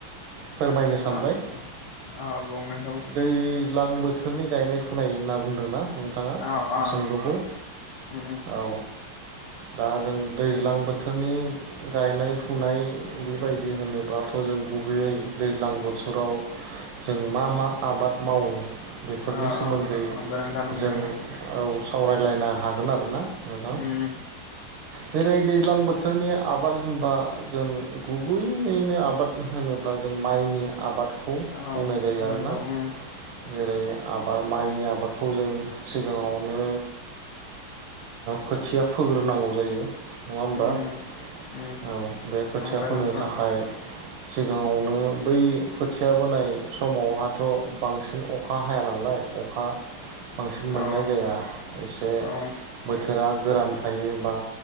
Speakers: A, on the right; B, on the left.
A: फोरमायनो
B: अ
A: सानबाय।
B: अ बुं नों
A: दैज्लां बो थोरनि गायनाय फुनाय ना बुंदोंना नोंथाङा
B: अ अ
A: सोंलुखौ
B: उम उम
A: औ। दा जों दैज्लां बोथोरनि गायनाय फुनाय बेबायदि होनोब्लाथ' जों गुबैयै दैज्लां बोथोराव जों मा मा आबाद मावो बेफोरनि
B: अ
A: सोमोन्दै
B: अ नंगौ नोंथां नंगौ
A: जों औ सावरायलायनो हा गोन आरो ना नोंथां।
B: उम
A: जेरै दैज्लां बोथोरनि आबाद होनबा जों गुबैयैनो आबाद होनोब्ला जों माइनि आबादखौ
B: औ
A: बुंनाय जायो आरो
B: नंगौ
A: ना।
B: उम
A: जेरै आबाद माइनि आबादखौ जों सिगाङावनो खोथिया ओ फोग्रोनांगौ जायो। नङा होमबा
B: उम
A: औ
B: उम
A: बे खोथिया
B: नंगौ
A: फोनो
B: नोंथां
A: थाखाय सिगाङावनो बै खोथिया बोनाय समावहाथ' बांसिन अखा हाया नालाय। अखा बांसिन मोननाय
B: औ
A: जाया एसे
B: औ
A: बोथोरा गोरान थायो। बा